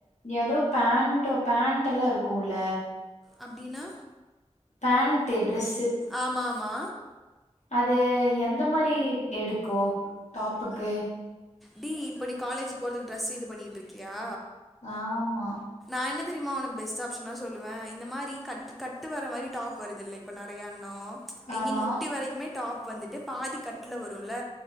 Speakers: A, on the left; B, in the centre.
A: ஏதோ பேண்டோ பேண்டுல்லாம் இருக்குல்ல
B: அப்டின்னா
A: பேண்டு ட்ரெஸ்
B: ஆமாம்மா
A: அது எந்தமாரி எடுக்கும் டாப்புக்கு
B: டி இப்ப நீ காலேஜிக்கி போறதுக்கு டிரெஸ் இது பண்ணிட்டு இருக்கியா
A: ஆம்மா
B: நா என்ன தெரியுமா உனக் பெஸ்ட் ஆப்ஷனா சொல்லுவேன் இந்த மாதிரி கட் கட்டு வர மாதிரி டாப் வருதுல்ல இப்ப நறையா <unintelligible> ஐ
A: ஆமா
B: மீன் முட்டி வரைக்குமே டாப் இப்ப வந்துட்டு பாதி கட்ல் வரும்ல